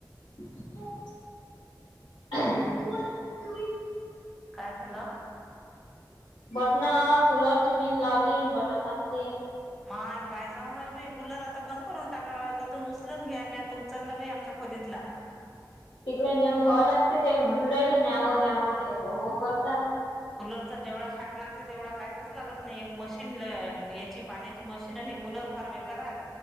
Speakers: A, on the left; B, in the centre.
A: <unintelligible> <unintelligible>
B: काय झालं.
A: बटन कुलरची पिन लावली, न बटन दाबते.
B: माय पाहिजे माझ बि कुलर आता बंद करून टाका. उचलून घ्या, मी आता उचलला बाई आमच्या खोलीतला.
A: तिकडे नेऊन ठेवाव लागते, त्या म्हणून राहिली न्यावं न्यावं ते हो हो करतात.
B: कुलरचा जेवढा शाक लागतय, तेवढा कायचच लागत नाही. एक मशीन न्याची पाण्याची मशीन कूलर फार बेकार.